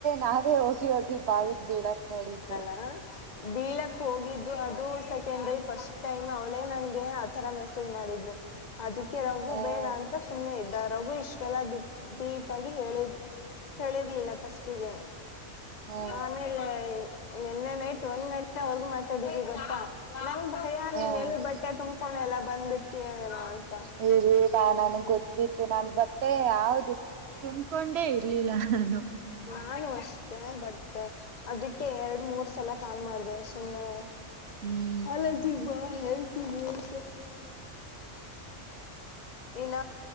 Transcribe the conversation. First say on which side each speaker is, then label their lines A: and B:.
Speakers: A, on the right; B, on the left.
A: ನಾವೇ ಹೋಗಿ ಹೋಗಿ ಬಾವಿಗೆ ಬೀಳಕ್ ನೋಡಿದು.
B: ಆ. ಬೀಳಕ್ ಹೋಗಿದ್ದು ಅದು ಸೆಕೆಂಡ್ರಿ ಫಸ್ಟ್ ಟೈಮ್ ಅವಳೇ ನಂಗೆ ಆತರ ಮೆಸೇಜ್ ಮಾಡಿದ್ಲು. ಅದಕ್ಕೆ ರಗು
A: ಹ್ಮ
B: ಬೇಡ ಅಂತ. ಸುಮ್ನೆ ಇದ್ದ ರಘು ಇಷ್ಟೆಲ್ಲ ದ ಡೀಪ್ ಆಗಿ ಹೇಳಿ ಹೇಳಿರ್ಲಿಲ್ಲ ಫಸ್ಟ್ ಗೆ.
A: ಹ್ಮ
B: ಆಮೇಲೆ ನಿನ್ನೆ ನೈಟ್ ಒಂದ್ ಗಂಟೆ ವರ್ಗು ಮಾತಾಡಿದ್ವಿ ಗೊತ್ತಾ. ನಂಗ ಭಯ ನೀನ್
A: ಹ್ಮ
B: ಎಲ್ಲಿ ಬಟ್ಟೆ ತುಂಬಕೊಂಡೆಲ್ಲ ಬಂದ್ಬಿಡ್ತೀಯ ಏನ ಅಂತ.
A: ಇಲ್ಲ ನನ್ಗ್ ಗೊತ್ತಿತ್ತು ನಾನು ಬಟ್ಟೆ ಯಾವದು ತುಂಬಕೊಂಡೇ ಇರ್ಲಿಲ್ಲ ನಾನು.
B: ನಾನು ಅಷ್ಟೇ ಬಟ್ ಅದಕ್ಕೆ ಎರಡ್ ಮೂರ್. ಸಲ ಕಾಲ್ ಮಾಡ್ದೇ ಸುಮ್ನೆ
A: ಹ್ಮ್
B: ಕಾಲೇಜಿಗೆ ಬಾ ಹೇಳ್ತೀನಿ ಅಂತ.
A: <inaudible>
B: ಇನ್ನ